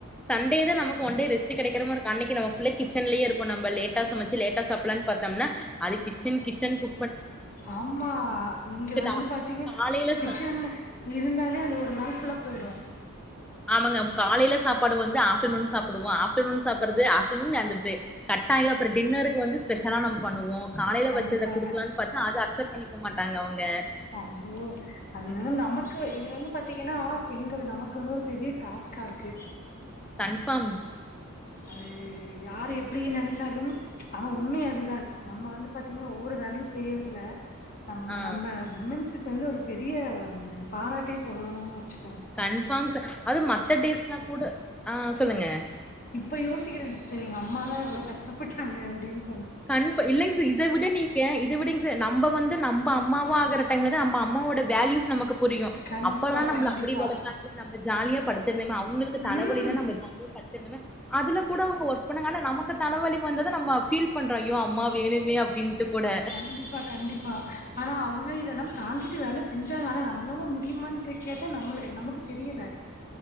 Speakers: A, in the centre; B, on the left (about 40°).
A: சண்டே தா நமக்கு ஒன்டே ரெஸ்ட்டு கெடைக்கிற மாறிருக்கு அன்னைக்கு நம்ம ஃபுல்லா கிச்சன்லய இருப்போ நம்ப லேட்டா சமச்சி லேட்டா சாப்புலான்னு பாத்தம்னா அது கிச்சன் கிச்சன் கு
B: ஆமா இங்க வந்து
A: நா
B: பாத்தீங்க
A: காலையில
B: கிச்சன்ல
A: ச
B: இருந்தாலே அது ஒரு நாள் ஃபுல்ல போயிடும்
A: ஆமாங்க காலையில சாப்பாடு வந்து ஆஃப்ட்டர்நூன் சாப்பிடுவோ ஆப்டர்நூன் சாப்படுறது ஆஃப்டர்நூன் அந்த ப கட்டாயுறு அப்புறம் டின்னருக்கு வந்து ஸ்பெஷலா நம்ம பண்ணுவோ காலையில
B: கண்டிப்பா
A: வச்சத குடுக்கலான்னு பார்த்தா அத அக்சப்ட் பண்ணிக்க மாட்டாங்க அவங்க
B: அய்யோ அதுவெறு நமக்கு இது வந்து பாத்தீங்கன்னா பெண்கள் நமக்கு வந்து ஒரு பெரிய டாஸ்கா இருக்கு
A: கன்ஃபார்ம்
B: அது யாரு எப்புடி நெனச்சாலும் ஆனா உண்மை அதுதான் நம்ம வந்து பாத்தீங்கன்னா ஒவ்வொரு வேலையு செய்யறதுல நம்ம
A: ஆ
B: நம்ம உமென்ஸ் வந்து ஒரு பெரிய ஒரு பாராட்டே சொல்லணும்னு வச்சு
A: கன்ஃபார்ம்ஸ் அது மத்த டேஸ்னா கூட ஆஹ் சொல்லுங்க
B: இப்ப யோசிக்கிறே சிஸ்டர் எங்க அம்மலா எவ்ளோ கஷ்டப்பட்டாங்க அப்படின்னு
A: கன்ஃப இல்லங் ச இத விட நீங்க இத விடங் ச நம்ப வந்து நம்ப அம்மாவா ஆகுற டைம்ல தா நம்ப அம்மாவோட வேல்யூஸ் நமக்கு புரியு
B: கண்டிப்பா
A: அப்பெல்லா நம்பல
B: கண்டிப்பா
A: அப்புடி வளத்தாங்க நம்ப ஜாலியா படுத்திருந்தமே அவங்குளுக்கு தலவலினா
B: ம்
A: நம்ம ஜாலியா படுத்திருந்தமே அதுல கூட அவுங்க ஒர்க் பண்ணாங்க ஆனா நமக்கு தலை வலி வந்தது நம்ம ஃபீல் பண்றோ அய்யோ அம்மா வேணுமே அப்டின்ட்டு கூட
B: கண்டிப்பா கண்டிப்பா ஆனா அவுங்க இதல்லா தாங்கிட்டு வேல செஞ்சாங்க ஆனா நம்மளால முடியமான்னு கேட்ட நம்மள நமக்கு தெரியல